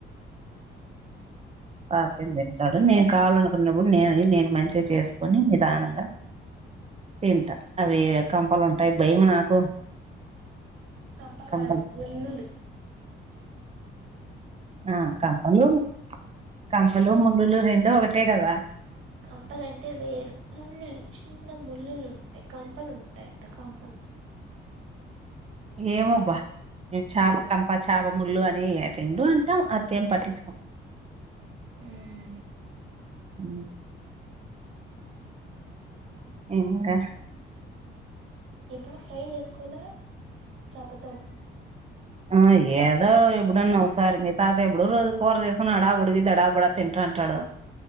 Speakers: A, on the right; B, on the right.
A: తాతన్ తింటాడు నేను కావాలనుకున్నప్పుడు నేను నేను మంచిగా చేసుకుని నిదానంగా తింటా అవి కంపలుంటాయి భయం నాకు
B: కప్పల
A: కంపలు
B: కాదు ముల్లులు
A: ఆ కంపలు కంపలు ముల్లులు రెండు ఒకటే కదా
B: కంపలు అంటే వేరు ముల్లులు చిన్న ముల్లులు ఉంటాయి కంపలు ఉంటాయట కం పలు
A: ఏమోబ్బా చేప కంప చేప ముళ్లు అని రెండు అంటాం అకేం పట్టించుకోం
B: ఉమ్
A: అ ఇంకా
B: ఎప్పుడు ఫ్రై చేసుకోల చపతో
A: ఆ ఏదో ఎప్పుడన్నా ఒకసారి మీ తాత ఎప్పుడు రోజు కూర చేసుకుని అడాబడికి దడాబడా తింటారు కంటాడు